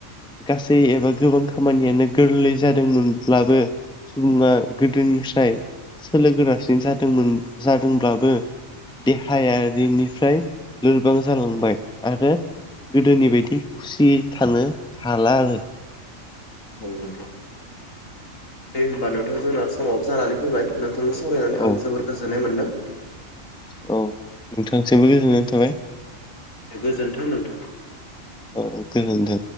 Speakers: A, in the centre; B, on the left.
A: गासै एबा गोबां खामानियानो गोरलै जादोंमोनब्लाबो सुबुङा गोदोनिफ्राय सोलो गोरासिन जादोंमोन जादोंब्लाबो देहायारिनिफ्राय लोरबां जालांबाय आरो गोदोनि बायदि खुसि थानो हाला आरो
B: औ नोंथां दे होमबा नोंथां जोंना समाबो जानानै फैबाय नोंथांजों सावरायनानै
A: औ
B: आं जोबद गोजोननाय मोन्दों।
A: औ नोंथांसिबो गोजोननाय थाबाय।
B: बे गोजोन्थों नोंथां।
A: औ दे